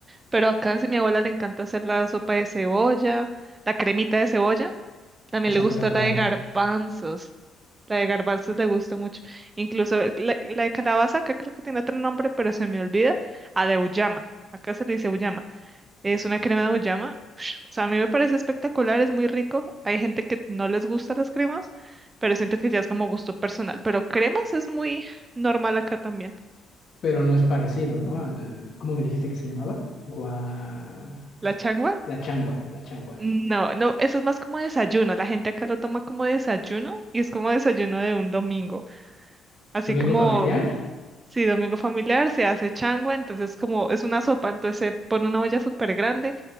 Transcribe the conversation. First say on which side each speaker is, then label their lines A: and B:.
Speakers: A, on the right; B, on the left.
A: pero acá sí mi abuela le encanta hacer la sopa de cebolla, la cremita de cebolla, también
B: Esa
A: le gusta
B: no la he probado.
A: la de garbanzos, la de garbanzos le gusta mucho, incluso la, la de calabaza acá creo que tiene otro nombre, pero se me olvida, a de acá se le dice uyama. Es una crema de uyama. <sniffs> O sea, a mí me parece espectacular, es muy rico. Hay gente que no les gustan las cremas, pero siento que ya es como gusto personal. Pero cremas es muy normal acá también.
B: Pero no es parecido, ¿no? Al, ¿cómo me dijiste que se llamaba? Gua...
A: ¿La changua?
B: La changua, la changua.
A: No, no, eso es más como desayuno. La gente acá lo toma como desayuno y es como desayuno de un domingo. Así
B: ¿Domingo
A: como
B: familiar?
A: Sí, domingo familiar, se hace changua, entonces como es una sopa, entonces se pone una olla súper grande,